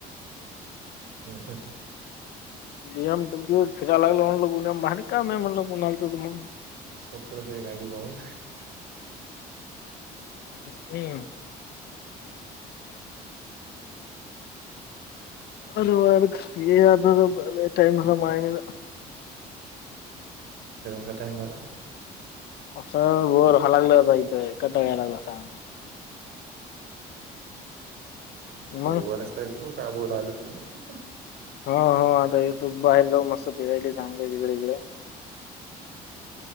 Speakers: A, on the right; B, on the left.
A: ओ शेट.
B: बीएम डब्ल्यू फिरायला लागलं म्हणल <unintelligible> भारी काम आहे म्हणल कुणालच मग.
A: सोपलं ते गाडी पाहून
B: हम्म. वर वर ये अता झोपायला टइम समाय गेल.
A: हेजा टाइम झाला?
B: अस वर हलायगला जायचयं कटाळ यालागला असा. मग
A: वरच हायस तू, काय बु राहिल ते?
B: हा हो आता येतो बाहेर जाऊ मस्त फिरायले चांगले तिकडं हिकडं.